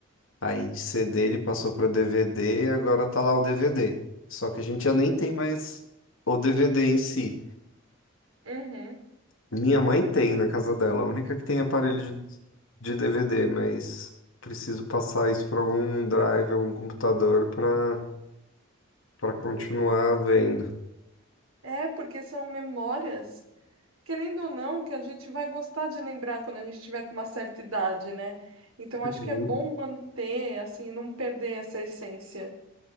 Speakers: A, on the left (about 70°); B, on the right (about 85°).
A: aí de CD ele passou para DVD, agora tá lá o DVD, só que a gente já nem tem mais o DVD em si.
B: Uhum.
A: Minha mãe tem na casa dela, a única que tem aparelho de, de DVD, mas preciso passar isso para algum drive, algum computador para para continuar vendo.
B: É, porque são memórias. querendo ou não, que a gente vai gostar de lembrar quando a gente tiver com uma certa idade, né? Então acho
A: Uhum.
B: que é bom manter, assim, não perder essa essência.